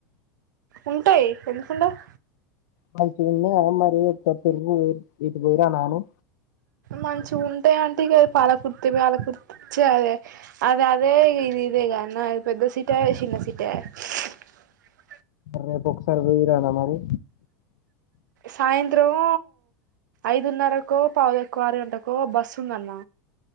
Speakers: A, on the right; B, on the left.
A: ఉంటాయి ఎందుకుండవ్
B: మంచి ఉన్నయా మరి చెప్పులు <unintelligible> ఇటికి పోయిరానీ.
A: మంచిగా ఉంటాయి అంటే ఇగే పాలకుర్తి, పాలకుర్తిచ్చదే అది అదే, ఇది ఇదే. ఇదే గా నా పెద్ద సిటా, చిన్న సిటీ <unintelligible>
B: రేపు ఒక్కసారి రీ రానా మరి
A: సాయంత్రమ్ ఐదు ఉన్నరకో పౌవు దక్కు ఆరు గంటకో బస్ ఉంద అన్న